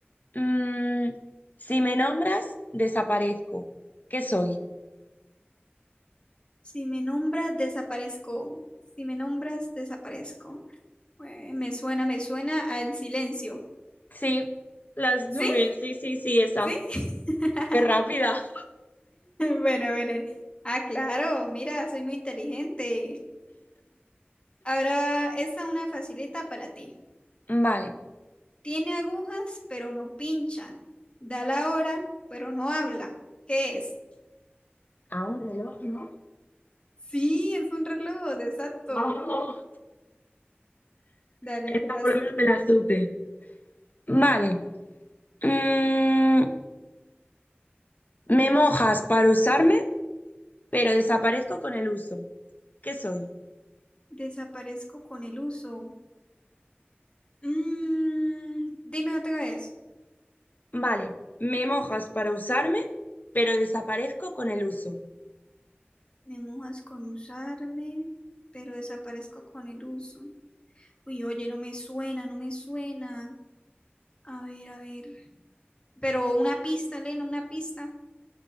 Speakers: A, on the left (about 45°); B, on the left (about 25°).
A: Mm, si me nombras, desaparezco. ¿Qué soy?
B: Si me nombras, desaparezco. Si me nombras, desaparezco. Eh, me suena, me suena al silencio.
A: Sí, las
B: ¿Sí?
A: nubes. Sí, sí, sí, esa.
B: ¿Sí? <laughs>
A: Qué rápida.
B: Bueno, bueno. Ah, claro, mira, soy muy inteligente. Ahora va, esta es una facilita para ti.
A: Vale,
B: Tiene agujas, pero no pincha. Da la hora, pero no habla. ¿Qué es?
A: A un reloj, ¿no?
B: Sí, es un reloj, exacto.
A: <laughs> Vamos.
B: Dale,
A: Esta
B: dale, vas
A: por lo
B: tú.
A: menos me la supe. vale. Mm, me mojas para usarme, pero desaparezco con el uso. ¿Qué soy?
B: Desaparezco con el uso. Mm, dime otra vez.
A: Vale, me mojas para usarme, pero desaparezco con el uso.
B: Me mojas con usarme, pero desaparezco con el uso. Uy, oye, no me suena, no me suena. A ver, a ver. Pero una pista, Elena, una pista.